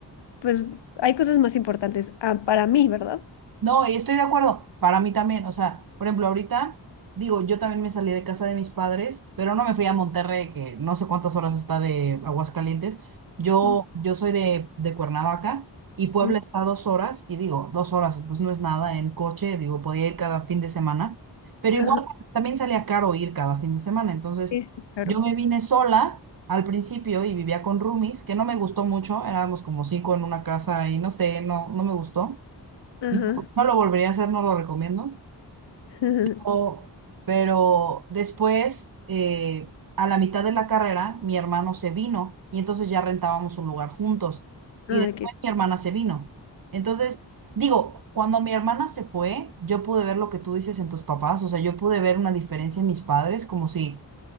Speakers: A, on the left (about 80°); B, on the right (about 55°).
A: pues hay cosas más importantes ah, para mí, ¿verdad?
B: No, y estoy de acuerdo. Para mí también, o sea, por ejemplo, ahorita digo, yo también me salí de casa de mis padres, pero no me fui a Monterrey, que no sé cuántas horas está de Aguascalientes. Yo,
A: Mm,
B: yo soy de, de Cuernavaca y Puebla
A: mm,
B: está a dos horas, y digo, dos horas, pues no es nada en coche, digo, podía ir cada fin de semana, pero
A: Ajá,
B: igual también salía caro ir cada fin de semana. Entonces,
A: sí, sí, claro.
B: yo me vine sola al principio y vivía con roomies, que no me gustó mucho, éramos como cinco en una casa y no sé, no, no me gustó.
A: Ajá.
B: No, no lo volvería a hacer, no lo recomiendo.
A: <laughs>
B: O- pero después, eh, a la mitad de la carrera, mi hermano se vino y entonces ya rentábamos un lugar juntos. Y
A: Ah,
B: después
A: qué-
B: mi hermana se vino. Entonces, digo, cuando mi hermana se fue, yo pude ver lo que tú dices en tus papás, o sea, yo pude ver una diferencia en mis padres, como si